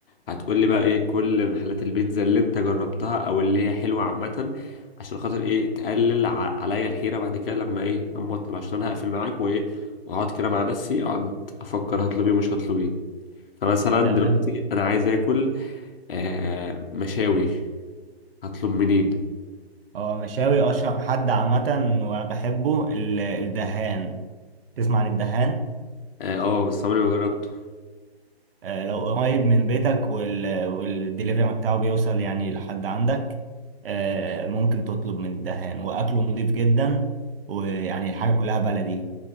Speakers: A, on the left (about 60°); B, on the right (about 60°).
A: هتقول لي بقى ايه كل محلات البيتزا اللي انت جربتها او اللي هي حلوه عامه عشان خاطر ايه تقلل ع- عليا الحيره بعد كده لما ايه لما اطلب عشان انا هقفل معاك وايه واقعد كده مع نفسي اقعد افكر هطلب ايه ومش هطلب ايه فمثلا
B: تمام
A: دلوقتي انا عايز اكل آه مشاوي هطلب منين
B: هو مشاوي اشهر حد عامه وبحبه ال- الدهان تسمع عن الدهان
A: اه آه، بس عمري ما جربته
B: آه، لو قريب من بيتك وال... والدليفري بتاعه بيوصل يعني لحد عندك آه، ممكن تطلب من الدهان وأكله نضيف جدا ويعني الحاجة كلها بلدي